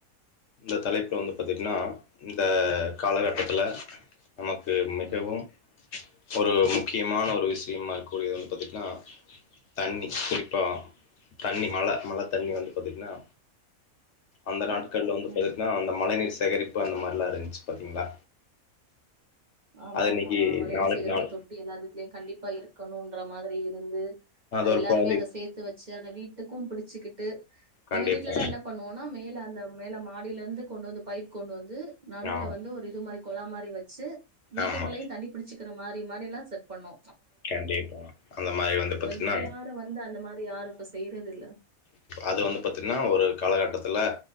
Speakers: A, on the left; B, on the right.
A: இந்த தலைப்புல வந்து பாத்தீங்கன்னா இந்த காலகட்டத்துல நமக்கு மிகவும்
B: ம்
A: ஒரு முக்கியமான ஒரு விஷ்யமா இருக்கு ஒரு பாத்துட்டீகன்னா தண்ணி குறிப்பா தண்ணி மழ மழ தண்ணி வந்து பாத்துட்டீங்கன்னா அந்த
B: கண்டிப்பா.
A: நாட் கல்லு வந்து பாத்தீங்கன்னா
B: ம்
A: அந்த மழை நீர் சேகரிப்பு பு அந்த மாரிலா இருந்துச்சு பாத்தீங்களா
B: ஆமா
A: அது இன்னைக்கு
B: ஆமா அ மழை
A: நாளுக்கு
B: நீர் சேகரிப்பு
A: நாள்
B: தொட்டி எல்லாரு வீட்லயும் கண்டிப்பா இருக்கணுன்ற மாதிர் ரி இருந்து அது
A: ஒரு
B: எல்லாருமே
A: ப்ராஜெக்ட்
B: அத சேத்து வெச் அது அந்த வீட்டுக்கும் புடுச்சுக்கிட்டு
A: கண்டிப்பா
B: எங்க வீட்ல எல்லா என்ன பண்ணுவோன்னா மேல அந்த மேல மாடிலர்ந்து கொண்டு வந்து பைப் கொண்டு வந்து நடுல
A: ஆ
B: வந்து ஒரு இது மாரி கொழா மாரி வச்சு வீட்டுக்குள்ளயு
A: ஆமா
B: தண்ணி புடிச்சு க்கிற மாரி மாரியெலா செட் பண்ணோ
A: கண்டிப்பா அந்த மாரி வந்து
B: ஸோ
A: பாத்திட்னா
B: இப்ப யாரும் வந்து அந்த மாரி யாரும் இப்ப செய்றதில்ல.
A: அது வந்து பாத்திட்னா ஒரு காலகட்டத்துல